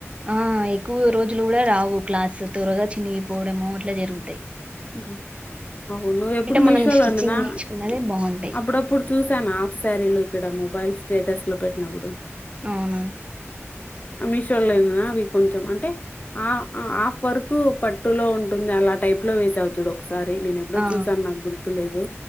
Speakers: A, on the right; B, on the left.
A: ఆ ఎక్కువ రోజులు కూడా రావు క్లాత్స్ త్వరగా చినిగిపోవడము అట్లా జరుగుతయి.
B: ఆ అవును ఎప్పుడు మిషోలో
A: మనం స్టిచ్చింగ్
B: నేనా
A: నేర్చుకున్నది బాగుంటాయి
B: అప్పుడప్పుడు చూసాను ఆఫ్ సారీలు ఇక్కడ మొబైల్ స్టేటస్ లో పెట్టినప్పుడు
A: అవునా
B: అ మిషోలొనె నా అవి కొంచం అన్ టే అ ఆఫ్ వర్కు పట్టులో ఉంటుంది అలా టైప్ ప్ లో వేసావు చూడు ఒక్ కసారి నేను ఎప్పుడో
A: ఆ
B: చూసాను నాకు గుర్తులేదు.